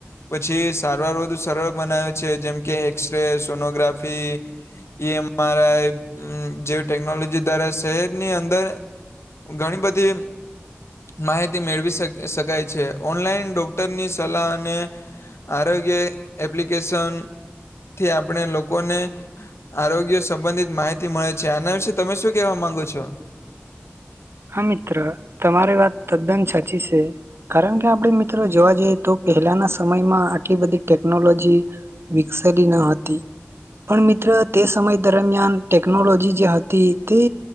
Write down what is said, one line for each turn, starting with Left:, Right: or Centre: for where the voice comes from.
Left: પછી સારવાર વધુ સરળ બનાવે છે જેમકે એક્સરે, સોનોગ્રાફી, એ એમ આર આઈ જેવી ટેકનોલોજી દ્વારા શહેરની અંદર ઘણી બધી માહિતી મેળવી શ શકાય છે ઓનલાઈન ડોક્ટરની સલાહ અને આરોગ્ય એપ્લિકેશન થી આપણે લોકોને આરોગ્ય સંબંધિત માહિ તી મળે છે આના વિશે તમે શું કેવા માંગો છો?
Right: હા મિત્ર તમારી વાત તદ્દન સાચી છે. કારણ કે આપણે મિત્રો જોવા જઈએ તો પહેલાના સમયમાં આટલી બધી ટેકનોલોજી વિકસેલી ન હતી પણ મિત્ર તે સમય દરમિયાન ટેકનોલોજી જે હતી તે